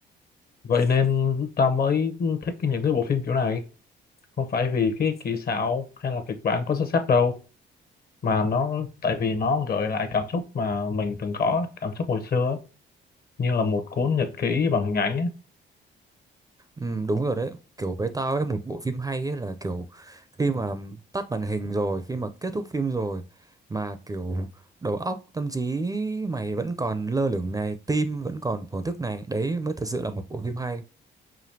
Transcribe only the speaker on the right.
Ừ, đúng rồi đấy kiểu với tao ấy một bộ phim hay ấy là kiểu khi mà tắt màn hình rồi khi mà kết thúc phim rồi mà kiểu đầu óc tâm trí mày vẫn còn lơ lửng này tim vẫn còn thổn thức này đấy mới thật sự là một bộ phim hay